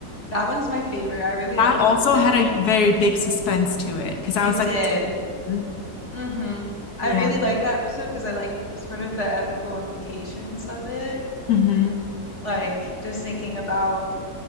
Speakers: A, on the left; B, on the left.
A: That one's my favorite. I really
B: That
A: like
B: also
A: that.
B: had a very big suspense to it because
A: It
B: I was
A: did.
B: like, what's going on?
A: hmm I
B: Yeah.
A: really like that episode because I like sort of the ethical implications of it.
B: Mm-hmm.
A: Like just thinking about